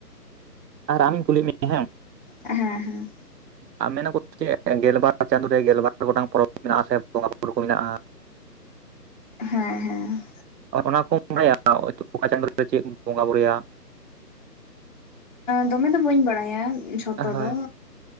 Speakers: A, on the right (about 80°); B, on the left (about 30°).
A: ᱟᱨ ᱟᱢᱤᱧ ᱠᱩᱞᱤ ᱢᱮᱭᱟ ᱦᱮᱸ
B: ᱦᱮᱸ ᱦᱮᱸ
A: ᱟ ᱢᱮᱱ ᱟᱠᱚ ᱪᱮᱫ ᱜᱮᱞ ᱵᱟᱨ ᱪᱟᱸᱫᱳ ᱨᱮ ᱜᱮᱞᱵᱟᱨ ᱜᱚᱴᱟᱝ ᱯᱚᱨᱚᱵᱽ ᱢᱮᱱᱟᱜᱼᱟ ᱥᱮ ᱵᱚᱸᱜᱟᱼᱵᱩᱨᱩ ᱠᱚ ᱢᱮᱱᱟᱜᱼᱟ
B: ᱦᱮᱸ ᱦᱮᱸ
A: ᱚᱱᱟ ᱠᱚ ᱵᱚᱸᱜᱟᱭᱟ ᱦᱳᱭᱛᱚ ᱚᱠᱟ ᱪᱟᱸᱫᱳ ᱨᱮ ᱪᱮᱫ ᱠᱚ ᱵᱚᱸᱜᱟ ᱵᱩᱨᱩᱳᱭᱟ?
B: ᱫᱚᱢᱮ ᱫᱚ ᱵᱟᱹᱧ ᱵᱟᱲᱟᱭᱟ ᱡᱷᱚᱛᱚ
A: ᱦᱳᱭ ᱦᱳᱭ
B: ᱫᱚ,